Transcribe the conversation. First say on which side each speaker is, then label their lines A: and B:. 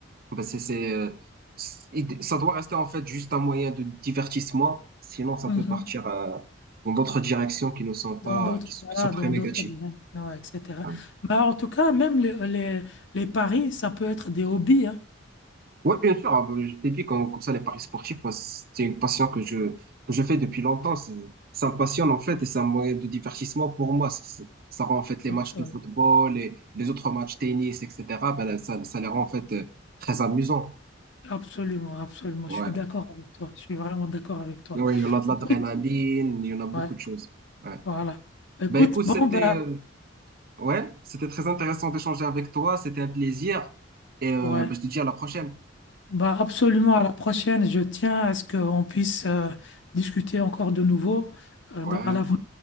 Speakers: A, on the right; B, on the left.
A: bah c'est, c'est, euh, c'est- ça doit rester en fait juste un moyen de divertissement, sinon ça
B: Mhm.
A: peut partir euh, dans d'autres directions qui ne sont pas,
B: Dans d'autres,
A: qui, s-
B: voilà,
A: qui sont très
B: dans
A: négatives.
B: d'autres directions, etc.
A: Voilà.
B: Bah, en tout cas, même les, les, les paris, ça peut être des hobbies, hein.
A: Ouais, bien sûr, hein, bah, je t'ai dit comme, comme ça les paris sportifs, moi, c'est une passion que je que je fais depuis longtemps. C'est- Ça me passionne en fait et c'est un moyen de divertissement pour moi. Ça, ça- ça rend en fait les
B: Absolument.
A: matchs de football et les autres matchs tennis, etc. Ben, là, ça, ça les rend en fait euh, très amusants.
B: Absolument, absolument.
A: Ouais.
B: Je suis d'accord avec toi. Je suis vraiment d'accord avec toi.
A: Et ouais, il y en a de l'adrénaline,
B: Écoute,
A: il y en a beaucoup
B: ouais,
A: de choses. Ouais.
B: voilà. Écoute,
A: Ben écoute,
B: bon,
A: c'était
B: bah,
A: euh, ouais, c'était très intéressant d'échanger avec toi, c'était un plaisir et euh,
B: ouais,
A: ben, je te dis à la prochaine.
B: bah, absolument. À la prochaine, je tiens à ce qu'on puisse euh, discuter encore de nouveau euh,
A: Ouais,
B: dans- à l'avenir.